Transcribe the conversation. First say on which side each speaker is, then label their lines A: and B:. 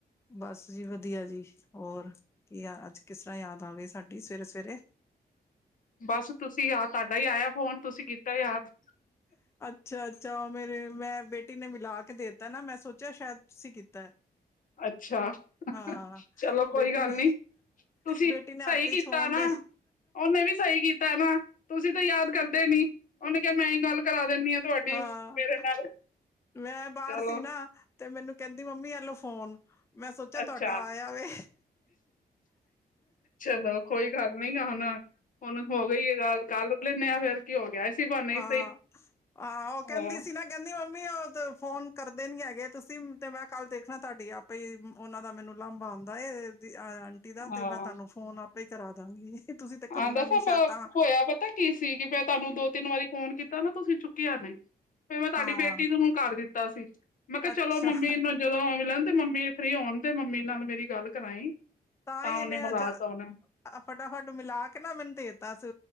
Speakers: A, on the left; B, on the left.
A: ਬਸ ਜੀ ਵਧੀਆ ਜੀ ਹੋਰ ਕੀ ਆ ਅੱਜ ਕਿਸ ਤਰ੍ਹਾਂ ਯਾਦ ਆ ਗਈ ਸਾਡੀ ਸਵੇਰੇ ਸਵੇਰੇ।
B: ਬਸ ਤੁਸੀਂ ਆ ਤੁਹਾਡਾ ਹੀ ਆਇਆ ਫੋਨ ਤੁਸੀਂ ਕੀਤਾ ਯਾਦ।
A: ਅੱਛਾ ਅੱਛਾ ਉਹ ਮੇਰੇ ਮੈਂ ਬੇਟੀ ਨੇ ਮਿਲਾ ਕੇ ਦੇਤਾ ਨਾ ਮੈਂ ਸੋਚਿਆ ਸ਼ਾਇਦ ਤੁਸੀਂ ਕੀਤਾ।
B: ਅੱਛਾ
A: ਹਾਂ
B: ਚਲੋ ਕੋਈ
A: ਬੇਟੀ
B: ਗੱਲ
A: ਨੇ
B: ਨੀ ਤੁਸੀਂ
A: ਬੇਟੀ ਨੇ ਆਤੇ
B: ਸਹੀ ਕੀਤਾ
A: ਛੋਣ
B: ਨਾ।
A: ਦੇ
B: ਉਹਨੇ ਵੀ ਸਹੀ ਕੀਤਾ ਨਾ। ਤੁਸੀਂ ਤਾਂ ਯਾਦ ਕਰਦੇ ਨੀ ਉਹਨੇ ਕਿਹਾ ਮੈਂ ਹੀ ਗੱਲ ਕਰਾ ਦੇਨੀ ਆ ਤੁਹਾਡੀ
A: ਹਾਂ
B: ਮੇਰੇ ਨਾਲ
A: ਮੈਂ ਬਾਹਰ
B: ਚਲੋ
A: ਸੀ ਨਾ ਤੇ ਮੈਨੂੰ ਕਹਿੰਦੀ ਮੰਮੀ ਐਲੋ ਫੋਨ। ਮੈਂ ਸੋਚਿਆ, ਤੁਹਾਡਾ
B: ਅੱਛਾ
A: ਆਇਆ ਵੇ
B: ਚਲੋ ਕੋਈ ਗੱਲ ਨੀ ਹੁਣ ਹੁਣ ਹੋ ਗਈ ਆ ਗੱਲ ਕੱਲ ਰੁਕ ਲੈਂਦੇ ਆਾਂ ਫੇਰ ਕੀ ਹੋ ਗਿਆ ਇਸੀ ਬਹਾਨੇ
A: ਹਾਂ
B: ਹੀ ਸਹੀ
A: ਆਹ ਉਹ
B: ਹਾਂ
A: ਕਹਿੰਦੀ ਸੀ ਨਾ ਕਹਿੰਦੀ ਮੰਮੀ ਉਹ ਤੇ ਫੋਨ ਕਰਦੇ ਨੀ ਹੈਗੇ ਤੁਸੀਂ ਤੇ ਮੈਂ ਕੱਲ ਦੇਖਣਾ ਤੁਹਾਡੀ ਆਪੇ ਹੀ। ਉਹਨਾਂ ਦਾ, ਮੈਨੂੰ ਲਾਂਬਾ ਆਉਂਦਾ ਆਂਟੀ ਦਾ ਤੇ,
B: ਹਾਂ
A: ਮੈਂ ਤੁਹਾਨੂੰ ਫੋਨ ਆਪੇ ਹੀ ਕਰਾ ਦਾਂਗੀ। ਤੁਸੀਂ ਤੇ ਕਰਨਾ
B: ਆਹ ਦਸ
A: ਨੀ
B: ਆਪ
A: ਸ਼ਾਇਦ ਤਾਂ
B: ਹੋਇਆ ਪਤਾ ਕੀ ਸੀਗੀ ਮੈਂ ਤੁਹਾਨੂੰ ਦੋ ਤਿੰਨ ਵਾਰੀ ਫੋਨ ਕੀਤਾ ਨਾ ਤੁਸੀਂ ਚੁੱਕਿਆ ਨਹੀਂ ਫੇਰ ਮੈਂ ਤੁਹਾਡੀ
A: ਹਾਂ
B: ਬੇਟੀ ਨੂੰ ਕਰ ਦਿੱਤਾ ਸੀ ਮੈਂ ਕਿਹਾ
A: ਅੱਛਾ
B: ਚਲੋ ਮੰਮੀ ਨੂੰ ਜਦੋਂ ਮਿਲਣ ਤੇ ਮੰਮੀ ਫਰੀ ਹੋਣ ਤੇ ਮੰਮੀ ਨਾਲ ਮੇਰੀ ਗੱਲ ਕਰਾਈ ਤਾਂ
A: ਹੀ ਇਹਨੇ
B: ਉਹਨੇ ਮਿਲਾ
A: ਅੱਛਾ
B: ਤ ਉਹਨੇ
A: ਫਟਾਫਟ ਮਿਲਾ ਕੇ ਨਾ ਮੈਨੂੰ ਦੇਤਾ ਸੀ